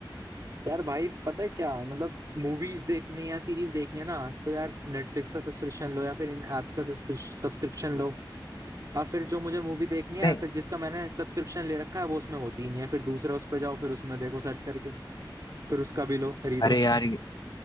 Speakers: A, on the right; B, on the left.
A: यार भाई पता है क्या मतलब मूवीज देखनी है सीरीज देखनी है ना तो यार नेटफ्लिक्स का सब्सक्रिप्शन लो या फिर इन एप्स का सब्सक्रिप्शन लो और फिर जो मुझे मूवी देखनी है
B: नहीं
A: या फिर जिसका मैंने सब्सक्रिप्शन ले रखा है वो उसमें होती ही नहीं है फिर दूसरा उस पर जाओ फिर उसमें देखो सर्च करके फिर उसका भी लो खरीदो
B: अरे यार ये